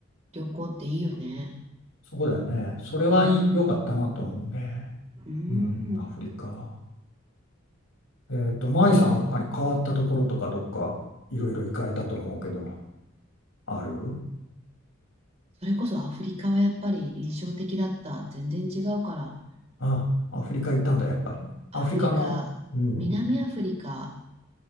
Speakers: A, on the right (about 30°); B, on the left (about 80°).
A: 旅行っていいよね。
B: そうだよね。それはいい良かったなと思うね。
A: うん。うん。
B: うん、アフリカ。えっと、マイさんは他に変わったところとかどっかいろいろ行かれたと思うけど、ある
A: それこそアフリカはやっぱり印象的だった。全然違うから。
B: あ、アフリカ行ったんだ、やっぱり。アフリカの、
A: アフリカ、
B: うん。
A: 南アフリカ、